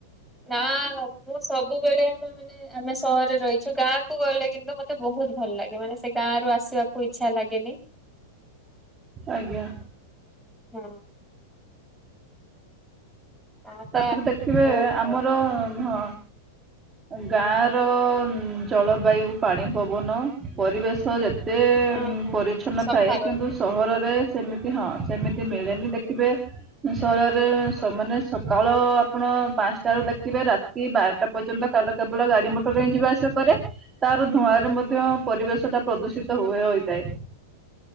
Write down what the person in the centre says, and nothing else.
ନା ମୁଁ ସବୁବେଳେ ଆମେ ମାନେ ଆମେ ସହରରେ ରହିଚୁ ଗାଁକୁୁ ଗଲେ କିନ୍ତୁ ମତେ ବହୁତ ବହୁତ ଭଲ ଲାଗେ ମାନେ ସେ ଗାଁ ରୁ ଆସିବାକୁ ଇଛା ଲାଗେନି।
ହଁ। ଗାଁ ଟା
ବହୁତ
ଭଲ
ହଁ ହଁ
ସଫା
ରହିବ
ହଁ
ହଁ